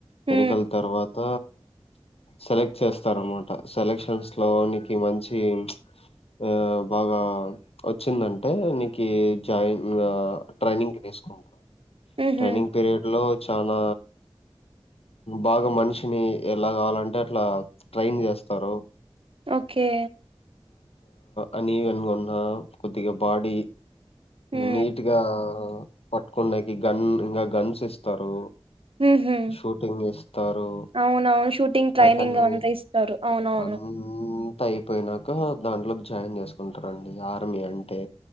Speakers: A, on the right (about 65°); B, on the left (about 75°).
A: ఉ
B: మేడికల తర్వాత సెలెక్ట్ చేస్తారనమాట సెలెక్షన్స్ లోనికి మంచి ఆ బాగా వచ్చిందంటే నీ జాయిన్ ట్రైనింగ్ తీసుకుంటా
A: ఉహు
B: ట్రైనింగ్ పీరియడ్ లో చాలా బాగా మనిషిని ఎలా కావాలంటే అట్లా ట్రైన్ చేస్తారు
A: ఓకే
B: అన్ఈవెన్ గా ఆ కొద్దిగా బాడి
A: ఉ
B: నీట్గా పట్టుకుండేకి గన్ ఇంకా గన్స్ ఇస్తారు
A: హా హ్మ్మ్
B: షూటింగ్ ఇస్తారు
A: అవునవును షూటింగ్ ట్రైనింగ్
B: లైక్ అన్ని
A: అంతా ఇస్తారు అవునవును
B: అంతా అయిపోయినాక దాంట్లో జాయిన్ చేసుకుంటారు రండి ఆర్మీ అంటే